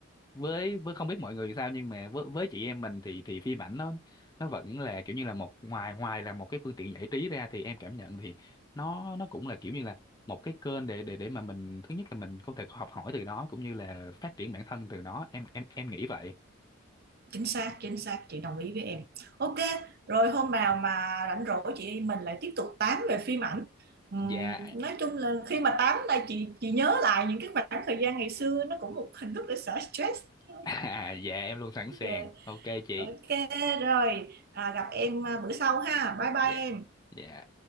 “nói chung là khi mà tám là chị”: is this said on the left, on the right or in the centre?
Right